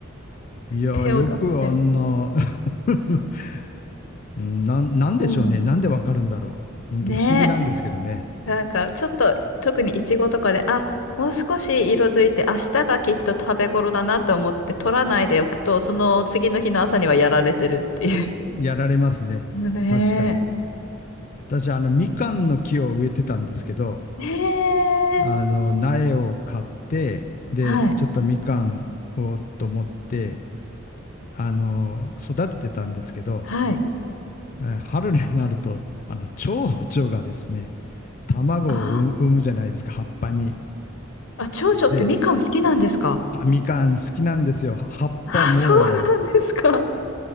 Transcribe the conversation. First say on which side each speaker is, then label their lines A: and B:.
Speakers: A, on the left; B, on the left.
A: いや、
B: 手を出して。
A: よくあんな <laughs> うんなん、なんでしょうね。
B: うん。
A: なんでわかるんだろう。本当不思議なんですけどね。
B: ねえ。なんか、ちょっと、特にイチゴとかで、あ、もう少し色づいて、明日がきっと食べ頃だなと思って取らないでおくと、その次の日の朝にはやられてるっていう。
A: やられますね。
B: ね
A: 確かに。私、あの、みかんの木を植えてたんですけど、
B: え。
A: あの、
B: えー。
A: 苗を買って、で、
B: はい。
A: ちょっとみかんをと思って、あの、育ててたんですけど、
B: はい。
A: えー春になると、あの、蝶々がですね、卵を産産むじゃないですか、
B: あー
A: 葉っぱに。
B: あ、長女ってみかん好きなんですか
A: で、あみかん好きなんですよ。葉っぱも
B: あ、そうなんですか。